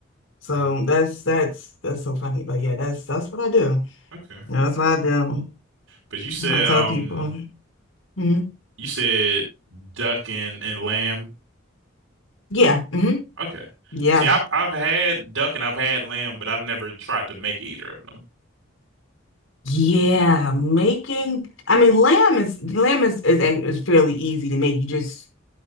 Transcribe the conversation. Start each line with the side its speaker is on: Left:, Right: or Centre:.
Left: So
Right: Mm.
Left: that's that's that's so funny. But yeah, that's that's what I do.
Right: Okay.
Left: That's what I do.
Right: But you said
Left: I tell
Right: um
Left: people. mhm,
Right: you said duck and, and lamb.
Left: Yeah. hmm
Right: Okay.
Left: Yeah.
Right: See, I've I've had duck and I've had lamb, but I've never tried to make either of them.
Left: Yeah, making I mean lamb is lamb is, is is fairly easy to make. You just